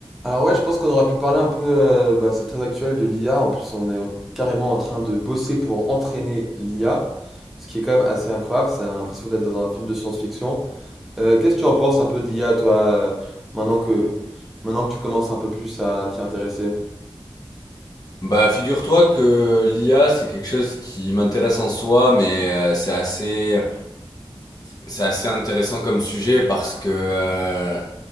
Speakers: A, in the centre; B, on the left.
A: Alors ouais, je pense qu'on aurait pu parler un peu, euh, bah, c'est très actuel de l'IA. En plus, on est euh, carrément en train de bosser pour entraîner l'IA, ce qui est quand même assez incroyable. Ça a l'impression d'être dans un film de science-fiction. Euh, qu'est-ce que tu en penses un peu de l'IA, toi, euh, maintenant que, maintenant que tu commences un peu plus à t'y intéresser?
B: Bah, figure-toi que l'IA, c'est quelque chose qui m'intéresse en soi, mais euh, c'est assez, c'est assez intéressant comme sujet parce que, euh,